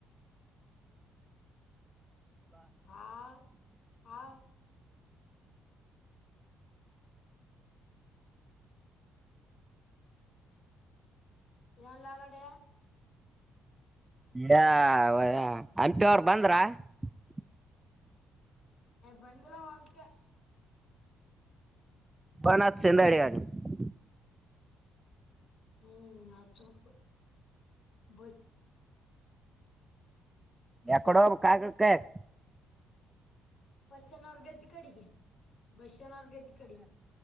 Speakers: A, on the left (about 60°); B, on the right (about 15°).
A: ಹಾ ಹಾ ನ್ ಲಾಲೋಡ
B: <inaudible> ಹಂಪಿ ಅವ್ರ ಬಂದ್ರ <unintelligible>
A: ಬಂದಲಾ ಅಂಪ <unintelligible>
B: ಒನ್ತ್ ಚಂದಡಿಗ <unintelligible>
A: ಹ್ಮ್ ಅಚ್ಚಮಕ್ಕ ಬ <inaudible>
B: ಎಕಡೋ ಕಾಾಗ ಕಕ್
A: ಬಸನವರ್ಗದ್ದ ಕಡಿ ಬಸನವರ್ಗದ್ದ ಕಡಿ